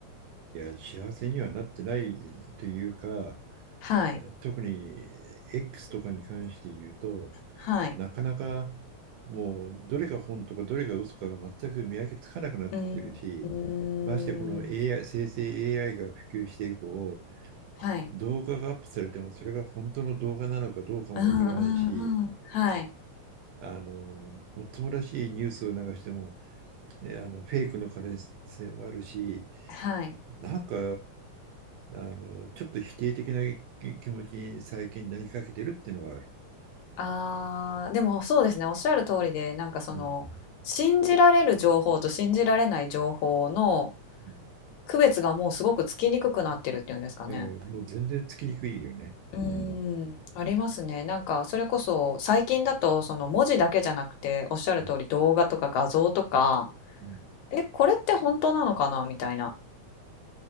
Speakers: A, on the right (about 75°); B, on the left (about 85°).
A: いや、幸せにはなってないというか、
B: はい。
A: 特に X とかに関して言うと、
B: はい。
A: なかなかもうどれが本とかどれが嘘かが全く見分けつかなくなってきてるし、
B: うーん。
A: ましてこの AI、生成 AI が普及して以降、
B: はい。
A: 動画がアップされてもそれが本当の動画なのかどうかもわからないし、
B: うんうんうん。はい。
A: あの、もっともらしいニュースを流しても、えあの、フェイクの可能性もあるし、
B: はい。
A: なんか、あの、ちょっと否定的な気持ちに最近なりかけてるっていうのはある。
B: ああ、でもそうですね、おっしゃる通りで、なんかその、
A: うん。
B: 信じられる情報と信じられない情報の
A: うん
B: 区別がもうすごくつきにくくなってるっていうんですかね。
A: いや、もう全然つきにくいよね。
B: うーん、
A: うん。
B: ありますね。なんかそれこそ最近だとその文字だけじゃなくておっしゃる通り動画とか画像とか、
A: うんうん
B: え、これって本当なのかなみたいな、